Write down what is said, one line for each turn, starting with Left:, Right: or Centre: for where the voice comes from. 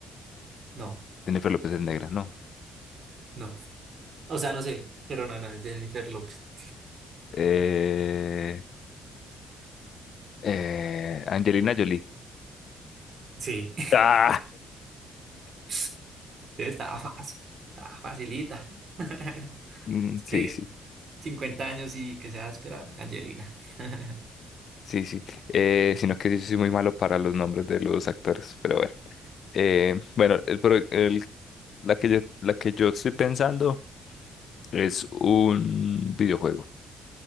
Right: No,
Left: Jennifer López es negra, no.
Right: no. O sea, no sé, pero no, no, es Jennifer López.
Left: Eh, eh, Angelina Jolie.
Right: Sí.
Left: Ah,
Right: <laughs> Estaba fácil, estaba facilita. <laughs>
Left: mm,
Right: Es que
Left: sí, sí,
Right: 50 años y que se va a esperar, Angelina. <laughs>
Left: Sí, sí. Eh, sino que sí sí, soy muy malo para los nombres de los actores, pero bueno. Eh, bueno, el, pro- el- la que yo, la que yo estoy pensando es un videojuego.